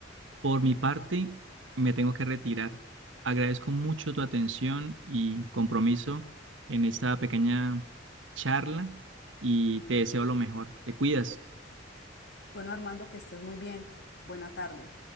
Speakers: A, on the right; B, on the left.
A: por mi parte, me tengo que retirar. Agradezco mucho tu atención y compromiso en esta pequeña charla y te deseo lo mejor. Te cuidas.
B: Bueno, Armando, que estés muy bien. Buena tarde.